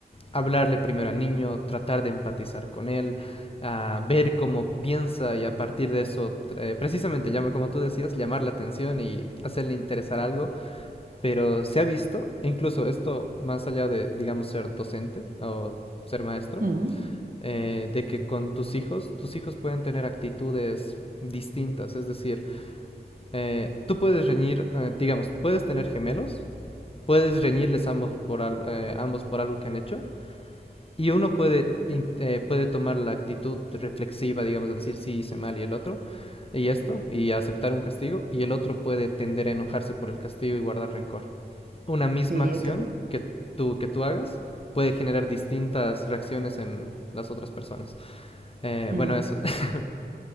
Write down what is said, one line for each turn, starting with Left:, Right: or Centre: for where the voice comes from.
Left: hablarle primero al niño, tratar de empatizar con él, a ver cómo piensa y a partir de eso, eh, precisamente, como tú decías, llamar la atención y hacerle interesar algo. Pero se ha visto, incluso esto más allá de, digamos, ser docente o ser maestro,
Right: Mm,
Left: eh, de que con tus hijos, tus hijos pueden tener actitudes distintas. Es decir, eh, tú puedes reñir, eh, digamos, puedes tener gemelos, puedes reñirles ambos por, al, eh, ambos por algo que han hecho, y uno puede, eh, puede tomar la actitud reflexiva, digamos, de decir sí hice mal y el otro, y esto, y aceptar un castigo, y el otro puede tender a enojarse por el castigo y guardar rencor. Una misma
Right: Sí,
Left: acción
Right: to-
Left: que tú, que tú hagas puede generar distintas reacciones en las otras personas. Eh,
Right: mm,
Left: bueno, eso. <laughs>